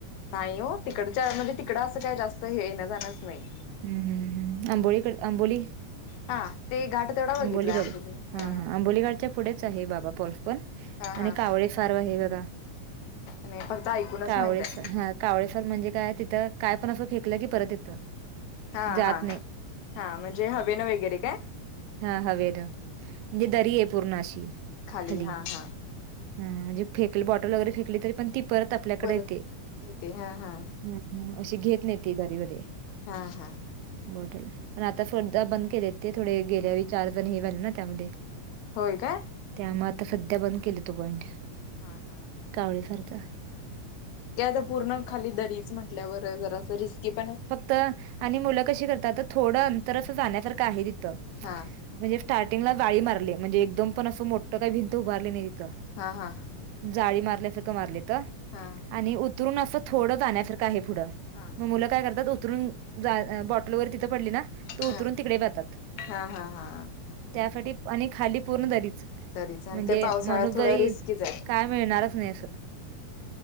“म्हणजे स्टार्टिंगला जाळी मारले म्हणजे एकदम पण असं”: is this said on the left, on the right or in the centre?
Right